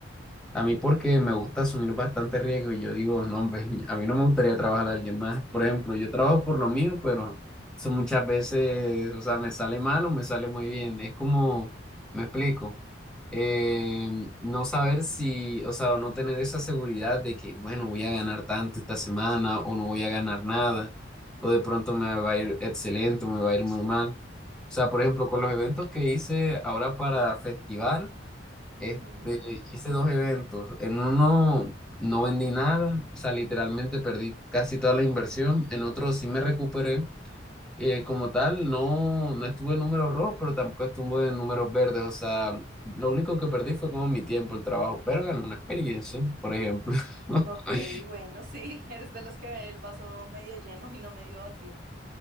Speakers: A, in the centre; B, on the right (about 50°).
A: A mí porque me gusta asumir bastante riesgo y yo digo, no, hombre, <laughs> a mí no me gustaría trabajar a alguien más. Por ejemplo, yo trabajo por lo mío, pero eso muchas veces, o sea, me sale mal o me sale muy bien. Es como, me explico, eh, no saber si, o sea, no tener esa seguridad de que, bueno, voy a ganar tanto esta semana o no voy a ganar nada, o de pronto me va a ir excelente o me va a ir muy mal. O sea, por ejemplo, con los eventos que hice ahora para festival.
B: Ujú.
A: Este, hice dos eventos. En uno no vendí nada, o sea, literalmente perdí casi toda la inversión. En otro sí me recuperé. Eh, como tal, no, no estuve en números rojos, pero tampoco estuve en números verdes. O sea, lo único que perdí fue como mi tiempo, el trabajo, pero gané una experiencia, por ejemplo. <laughs>
B: Ok, bueno, sí, <laughs> eres de los que ve el vaso medio lleno y no medio vacío.